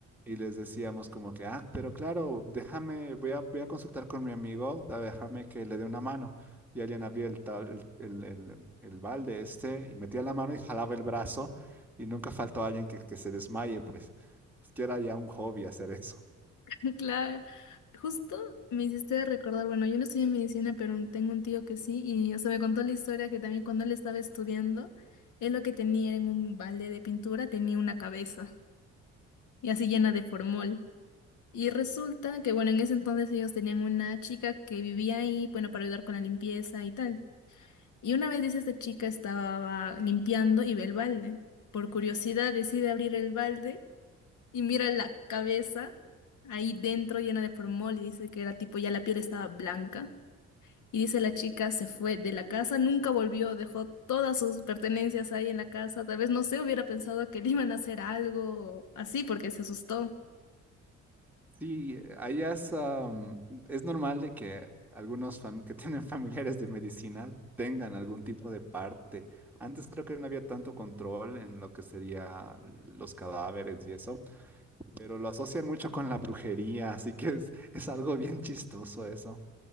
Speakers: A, in the centre; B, on the left.
A: Y les decíamos como que, ah, pero claro, déjame, voy a, voy a consultar con mi amigo, da- déjame que le dé una mano. Y alguien abría el, tal- el, el, el- el balde este y metía la mano y jalaba el brazo y nunca faltó alguien que, que se desmaye, pues es que era ya un hobby hacer eso.
B: <laughs> Claro, justo me hiciste recordar, bueno, yo no estudié medicina, pero tengo un tío que sí, y o sea, me contó la historia que también cuando él estaba estudiando, él lo que tenía era en un balde de pintura tenía una cabeza, y así llena de formol. Y resulta que, bueno, en ese entonces ellos tenían una chica que vivía ahí, bueno, para ayudar con la limpieza y tal. Y una vez dice, esta chica estaba limpiando y ve el balde. Por curiosidad decide abrir el balde. y mira la cabeza ahí dentro llena de formol y dice que era tipo ya la piel estaba blanca. Y dice la chica se fue de la casa, nunca volvió, dejó todas sus pertenencias ahí en la casa. Tal vez no sé, hubiera pensado que le iban a hacer algo o así porque se asustó.
A: Sí, eh, allá es, am, es normal de que algunos fam- que tienen <laughs> familiares de medicina tengan algún tipo de parte. Antes creo que no había tanto control en lo que sería los cadáveres y eso. pero lo asocian mucho con la brujería, así que es, es algo bien chistoso eso.